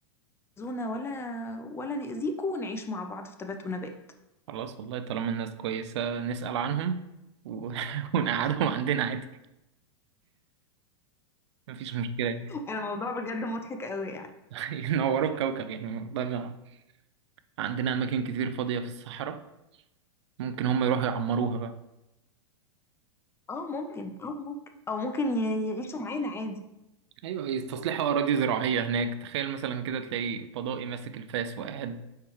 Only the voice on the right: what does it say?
خلاص والله طالما الناس كويسة نسأل عنهم و... <laughs> ونقعدهم عندنا عادي مفيش مشكلة يعني
<laughs> ينوروا الكوكب يعني والله ما- عندنا أماكن كتير فاضية في الصحراء ممكن هم يروحوا يعمروها بقى
ايوه هي تصليح اراضي زراعيه هناك تخيل مثلا كده تلاقي فضائي ماسك الفاس وقاعد